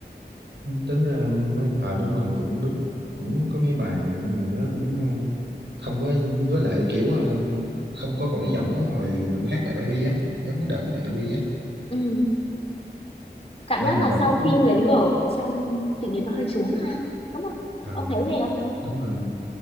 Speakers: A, on the right; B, on the left.
A: tính ra mấy ờ đúng rồi cũng đúng cũng có mấy bài mà nó cũng ờ, không có với lại kiểu ờ, không có còn cái giọng giống hồi mà hát lại baby á giống cái đợt hát lại baby á
B: ừ cảm
A: em
B: giác
A: mà
B: là
A: bà biết
B: sau
A: có
B: khi lấy vợ xong sự nghiệp nó hơi xuống ha đúng không
A: à
B: ông thấy vậy không
A: đúng rồi